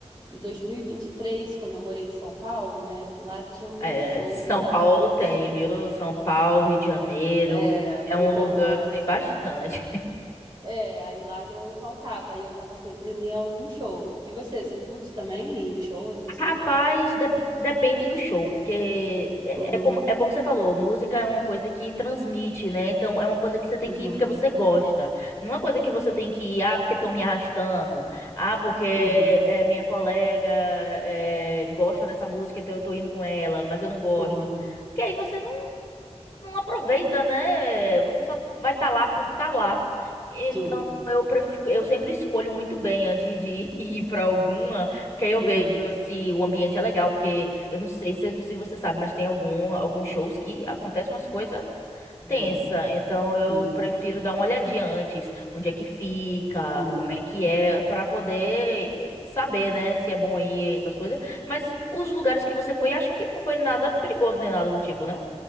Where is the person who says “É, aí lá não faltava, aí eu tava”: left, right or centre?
Right